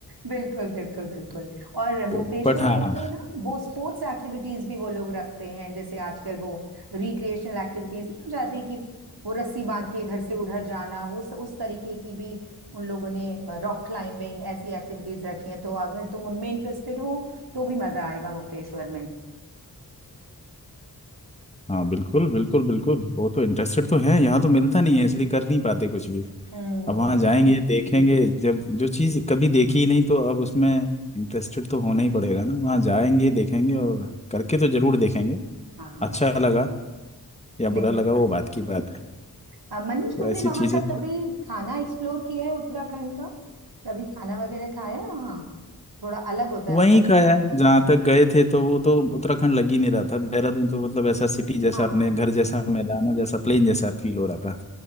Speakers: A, on the right (about 80°); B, on the left (about 15°).
A: बिल्कुल बिल्कुल बिल्कुल और मुक्तेश्वर
B: तो बट हाँ
A: में तो ना वो स्पोर्ट्स एक्टिविटीज भी वो लोग रखते हैं जैसे आजकल वो रिक्रिएशनल एक्टिविटीज नहीं हो जाती कि वो रस्सी बांध के इधर से उधर जाना वो उस, उस तरीके की भी उन लोगों ने रॉक क्लाइंबिंग ऐसी एक्टिविटीज रखी हैं तो अगर तुम उनमें इंटरेस्टेड हो तो भी मजा आएगा मुक्तेश्वर में
B: हाँ बिल्कुल बिल्कुल बिल्कुल वो तो इंटरेस्टेड तो है यहाँ तो मिलता नहीं है इसलिए कर नहीं पाते कुछ भी
A: हम्म
B: अब वहाँ जाएंगे देखेंगे जब जो चीज़ कभी देखी ही नहीं तो अब उसमें इंटरेस्टेड तो होना ही पड़ेगा ना वहाँ जाएंगे देखेंगे और करके तो जरूर देखेंगे
A: हाँ
B: अच्छा लगा या बुरा
A: नहीं बिल्कुल
B: लगा वो
A: ठीक
B: बात की बात है
A: है। अ, मनीष
B: तो
A: तुमने
B: ऐसी
A: वहां
B: चीज़ें
A: का कभी खाना एक्सप्लोर किया है उत्तराखंड का कभी खाना वगैरह खाया है वहाँ थोड़ा अलग होता
B: वहीं
A: है उनका ट्रेडिशन
B: का है जहाँ तक गए थे तो वो तो उत्तराखंड लग ही नहीं रहा था देहरादून तो मतलब ऐसा सिटी जैसा
A: हाँ
B: अपने घर जैसा मैदानों जैसा प्लेन जैसा फील हो रहा था